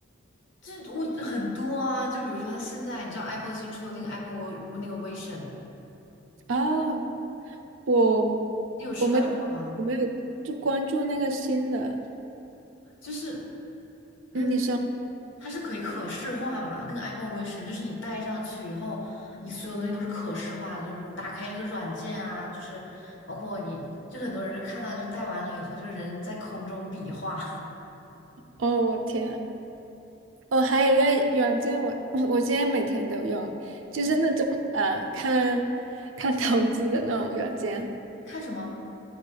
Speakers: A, on the left (about 65°); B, on the right (about 80°).
A: 这我很多啊，就比如说现在你知道 Apple 新出的那个 Apple 我我那个 Vision，
B: 哦，我
A: 你有试戴过吗？
B: 我没有我没有就关注那个新的。
A: 就是嗯，
B: 嗯，你说，
A: 它是可以可视化嘛，那个 Apple Vision 就是你戴上去以后，你所有东西都是可视化的，就你打开一个软件啊，就是包括你就很多人就看到就戴完了以后，就人在空中比划，
B: 哦，我天，我还有一个软件我，<laughs> 我现在每天都用，
A: <laughs>
B: 就是那种呃，
A: 嗯，
B: 看看投资的那种软件，
A: 看什么？